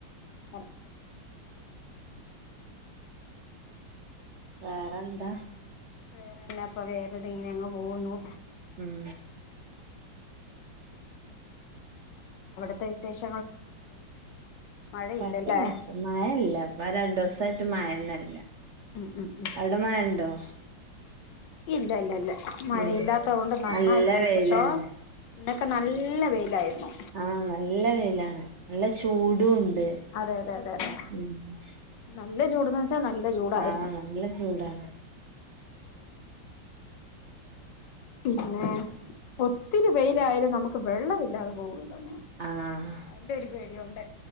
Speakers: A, on the left; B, on the right.
A: ങ്ങനെ
B: വേറെന്താ
A: വേറെന്ന അപ്പൊ വേര്‌തെ ഇങ്ങനെ അങ്ങ്പോകുന്നു
B: ഉം
A: എന്താ വിശേഷം മഴയില്ലല്ലേ
B: കുഴപ്പില്ല മഴല്ല രണ്ടോസം റ്റ് മഴനെല്ല
A: ഉം ഉം ഉം
B: അടമയണ്ടോ
A: ഇല്ല ഇല്ല ഇല്ല മഴയില്ലാത്ത
B: ഉം
A: കൊണ്ട് നന്നായി
B: നല്ല
A: പോയിക്കട്ടോ
B: വെയിലന്നെ
A: ഇന്നൊക്കെ നല്ല വെയിലായിരുന്നു
B: ആഹ നല്ല വെയിലാണ് നല്ല ചൂടുണ്ട്
A: അതെ അതെ അതെ അതെ
B: ഉണ്ട്
A: നല്ല ചൂട്ന്ന് വെച്ചാ നല്ല ചൂടായിരുന്നു
B: ആ നല്ല ചൂടാണ് <inaudible>
A: പിന്നെ ഒത്തിരി വെയിലായാലും നമുക്ക് വെള്ള വില്ലാതെ പോവില്ലെന്നേ
B: ആഹ്
A: അയ്ന്റ ഒരു പേടിയുണ്ട്